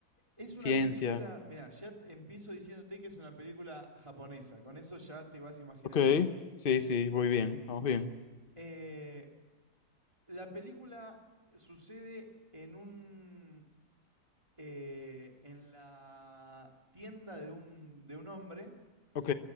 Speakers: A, on the right; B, on the left.
A: es una
B: ciencia.
A: película, mira, ya t- empiezo diciéndote que es una película japonesa, con eso ya te vas imaginando.
B: Ok, sí, sí, voy bien, vamos bien.
A: Eh, la película sucede en un eh, en la tienda de un, de un hombre
B: Ok,